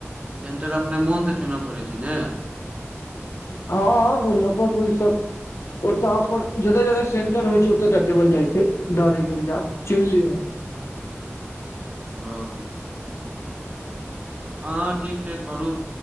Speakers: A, on the right (about 25°); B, on the left (about 70°).
A: सेंटर अपने मोन से चुनय पड़ैत छय ने
B: हँ मुजफ्फरपुर ई सब ओत ओकर जते जगह सेंटर होय छै ओते टा डबल जाय छै ड एग्जाम चुइन लियौ
A: हँ हँ ठीक छय करू